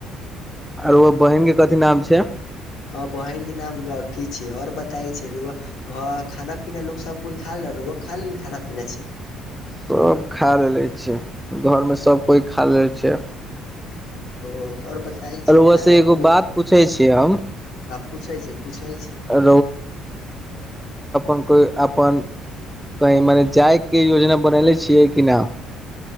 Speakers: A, in the centre; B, on the left (about 70°).
A: आर ओ बहिनके कथी नाम छिअ।
B: आ बहिनके नाम लकी छैय और बताइ छैय <unintelligible> घ खाना- पीना लोग सब कोइ खा लेलक। <unintelligible> खा लेलि खाना पीना छी।
A: सब खा लेले छियै घरमे सब कोइ खा लेने छैय
B: ओ त और बताइ छैय
A: रउआ
B: खाना
A: से एगो
B: बड़ी
A: बात पूछे छियै हम
B: आ पुछै छैय, पुछै छैय।
A: <unintelligible> अपन कोई अपन कहीं मने जाइके योजना बनैले छियै कि ना।